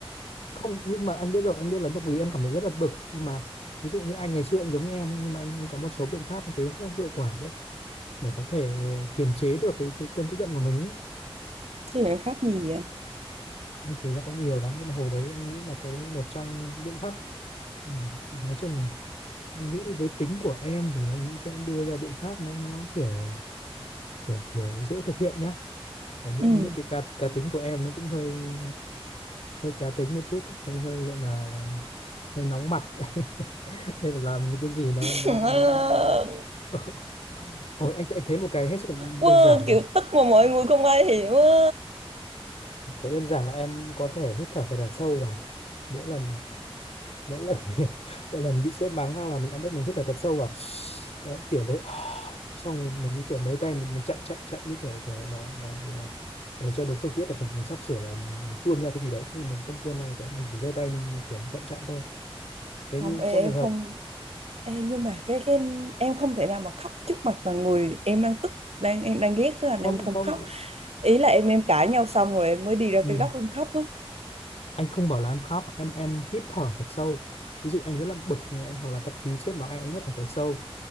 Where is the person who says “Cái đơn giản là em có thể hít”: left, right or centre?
Left